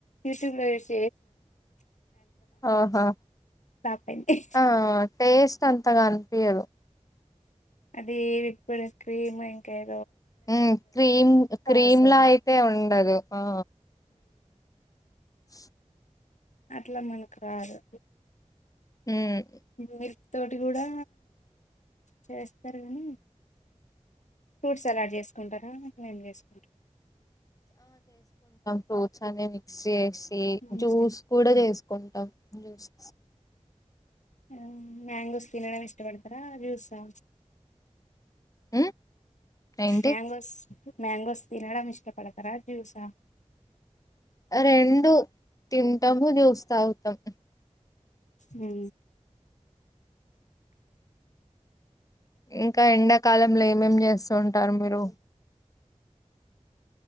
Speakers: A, on the left; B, on the left.
A: యూట్యూబ్ లో ఎసి
B: ఆహా
A: ఫ్లాప్ అయింది
B: ఆ టేస్ట్ అంతగ అనిపియ్యదు
A: అది ఇప్పుడు క్రీమ్ ఇంక ఏ
B: ఉమ్ క్రీమ్ క్రీమ్లా
A: వస్తది
B: అయితే ఉండదు ఆ స్
A: అట్ల మనక్ రాదు
B: హుమ్
A: మిల్క్ తోటి కూడా చేస్తారు కానీ ఫ్రూట్ సలాడ్ చేసుకుంటరా మేము చేసుకుంటాము
B: తోచనే మిక్సి
A: మంచి
B: జ్యూస్ కూడ చేసుకుంటం హిందూస్
A: ఆ మ్యాంగోస్ తినడం ఇష్టపడతరా జ్యూసా
B: ఉమ్ ఏంటి
A: మ్యాంగోస్ మ్యాంగోస్ తినడం ఇష్టపడతరా జ్యూసా
B: రెండు తింటము జూస్ తాగుతాం
A: హూ
B: ఇంక ఎండ కాలంలో ఏమేమ్ చేస్తూ ఉంటారు మీరు